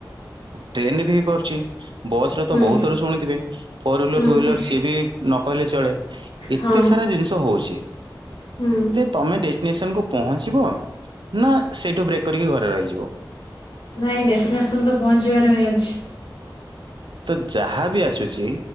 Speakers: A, on the right; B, on the left.
A: ଟ୍ରେନ୍ ରେ ବି ହେଇ ପାରୁଚି। ବସ୍ ରେ ତ
B: ହୁଁ
A: ବହୁତଥର ଶୁଣିଥିବେ। ଫୋର୍ ହୁଲର
B: ହୁଁ
A: ଟୁ ହୁଲର ସିଏ ବି ନ କହିଲେ ଚଳେ ଏତେ
B: ହଁ
A: ସାରା ଜିନିଷ ହଉଚି।
B: ହୁଁ।
A: ତମେ ଡେଷ୍ଟିନେସନ୍ କୁ ପହଞ୍ଚିବ ନା ସେଇଠୁ ବ୍ରେକ୍ କରିକି ଘରେ ରହିଯି
B: ନାଇଁ ଡେଷ୍ଟିନେସନ୍ ରେ ତ ପହଞ୍ଚିବାର ଅଛି।
A: ତ ଯାହା ବି ଆସୁଚି